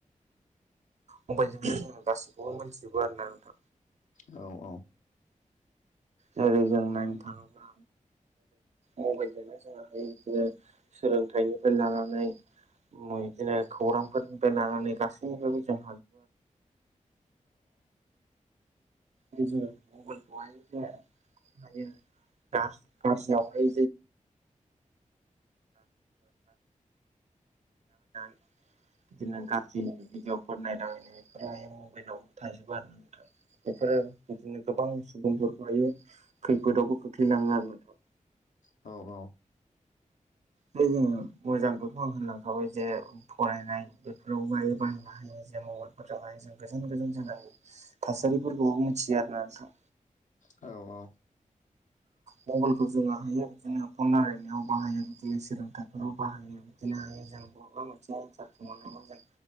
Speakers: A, on the right; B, on the left.
A: मबाइलजोंनो जोङो गासिखौबो मोनथिजोबो आरोना नोंथां
B: औ औ <inaudible>
A: जेरै जों नायनो थाङोब्ला मबाइलजोंनो जों हायो बिदिनो सोलोंथाइनिफ्राय लानानै बिदिनो खौरांफोरनिफ्राय लानानै गसिनिबो जों बे जेरै मबाइलखौहाय माने दा गाज्रिखवहाय <unintelligible> बिदिनो गाज्रि भिडिअ'फोर नायलाबायनाय बेफोर मबाइलाव थाजोबो आरो ना नोंथां बेफोरो बिदिनो गोबां सुबुंफोरखौहायो खैफोदावबो खोख्लैलाङो आरो नोंथां
B: औ औ
A: जोङो मोजांखौथ' आं होनलांखाबाय जे फरायनाय बेफोराव बायो बाहायनो हायो। जे मबाइलफोर थाखाय जों गोजान गोजान जायगनि थासारिफोरखौबो मिथियो आरोना नोंथां
B: औ औ
A: मबाइलखौ जों बाहायो बिदिनो फन रायलायनायाव बाहायो बिदि सोलोंथाइफोराव बाहायो बिदिनोयो जों बबेबा मोनसे एन्सार दङ नामा जों